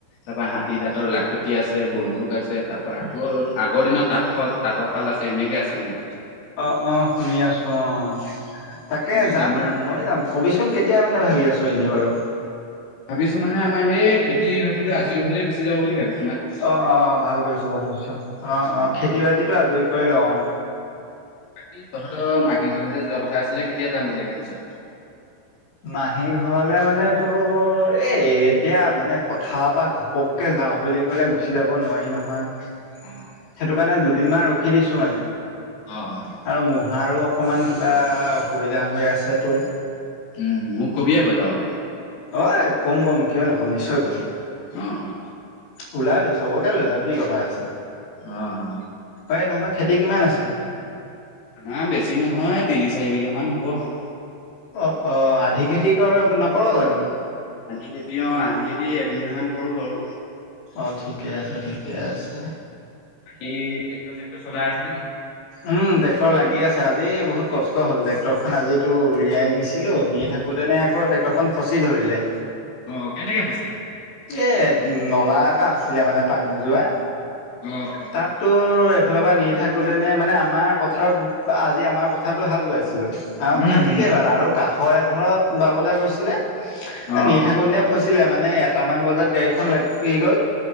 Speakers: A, on the left; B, on the left.
A: তাৰপা হাতী দাঁতৰ লাখুটি আছে, বন্দুক আছে, তাৰপৰা আকৌ আগৰ দিনৰত তাঁতশাল-তাঁতৰশাল আছে, এনে গছে মানে
B: অ, অ, শুনি আছো অ' তাকে
A: মিউজিয়ামৰ
B: যাম মই যাম কবিচোন কেতিয়া মানে ভাবি আছো এনেই বাৰু।
A: ভাবিছো মানে আমাৰ সেই খেতি-বাতিটো আজৰি হলে গুচি যাব বুলি ভাবি
B: অ, অ, ভাল কৈছো, ভাল কৈছো, অ,
A: উম
B: অ,
A: উম।
B: খেতি-বাতিটো আজৰি কৰি লও অ।
A: বাকী তহঁতৰ মাহী ঘৰলে যে যোৱা কথা আছিলে, কেতিয়া যাম বুলি ভাবিছো?
B: মাহী ঘৰলে মানে তোৰ এই এতিয়া মানে পথাৰৰ পৰা ঘপককে যাও বুলি কলে গুচি যাব নোৱাৰি নহয় সেইটো
A: অ
B: কাৰণে দুদিনমান ৰখি দিছো মানে
A: অ অ
B: আৰু মহাৰো অকণমান কিবা অসুবিধা হৈ আছে তোৰ?
A: উম মোক ক'বি আকৌ যাওঁতে।
B: অঁ ক'ম ক'ম কিয় নক'ম নিশ্চয় ক'ম।
A: অ, অ।
B: ওলাবি চবকে লৈ যাম কি কথা আছে,
A: অ অ
B: এই তহঁতৰ খেতি কিমান আছে?
A: না বেছি নহয় তিনি-চাৰি বিঘা মান হ'ব।
B: অ, অ, আধি খেতি কৰক নকৰো জানো?
A: আধি খেতি অ আধি খেতি এবিঘা মান কৰো বাৰু
B: অ ঠিকে আছে, ঠিকে আছে।
A: কি ট্ৰেক্টৰ-চেক্টৰ চলাই আছা নে?
B: উম ট্ৰেক্টৰ লাগি আছে, আজি বহুত কষ্ট হ'ল ট্ৰেক্টৰখন আজিতো উলিয়াই নিছিলো নি থাকোঁতেনে আকৌ ট্ৰেক্টৰখন ফচি ধৰিলে
A: অ কেনেকে ফচিলে
B: এ নলা এটা আছিলে মানে পানী যোৱা,
A: অ উম
B: তাততো ফালৰ পৰা নিৰি থাকোঁতেনে মানে আমাৰ পথাৰত আজি আমাৰ পথাৰটো হাল বোৱাইছ আমাৰ
A: উম
B: কথা ঠিকেই বালা আৰু কাষৰ এঘৰত বাবলৈ গৈছিলে। এ
A: অ
B: নি থাকো নে ফচিলে মানে এটামান বজাত গাড়ীখন লাগি গল